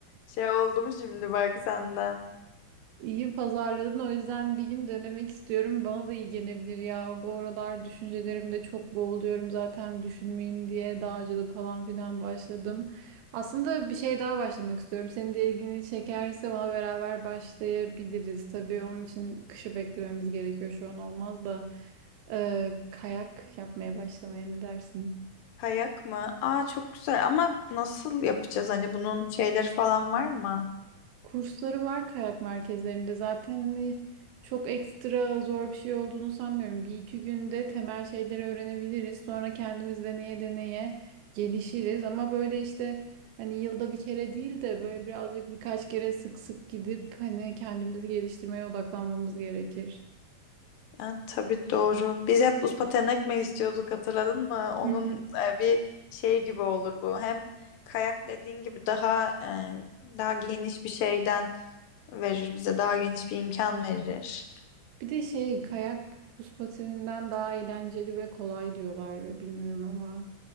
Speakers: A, on the left; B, on the right.
A: şey oldum şimdi bak senden.
B: İyi pazarladın o yüzden bir gün denemek istiyorum. Bana da iyi gelebilir ya. Bu aralar düşüncelerimde çok boğuluyorum zaten düşünmeyeyim diye dağcılık falan filan başladım. Aslında bir şey daha başlamak istiyorum. Senin de ilgini çekerse ona beraber başlayabiliriz. Tabii onun için kışı beklememiz gerekiyor şu an olmaz da. Ee, kayak yapmaya başlamaya ne dersin?
A: Kayak mı? Aa çok güzel ama nasıl yapacağız? Hani bunun şeyleri falan var mı?
B: Kursları var kayak merkezlerinde zaten hani çok ekstra zor bir şey olduğunu sanmıyorum. Bir iki günde temel şeyleri öğrenebiliriz. Sonra kendimiz deneye deneye gelişiriz. Ama böyle işte hani yılda bir kere değil de böyle birazcık birkaç kere sık sık gidip hani kendimizi geliştirmeye odaklanmamız gerekir.
A: Yani tabii doğru. Biz hep buz pateni ekmek istiyorduk hatırladın mı? Onun
B: <laughs>
A: e, bir şey gibi olur bu. Hem kayak dediğin gibi daha e, daha geniş bir şeyden verir bize. Daha geniş bir imkan verir.
B: Bir de şey kayak buz patininden daha eğlenceli ve kolay diyorlar bilmiyorum ama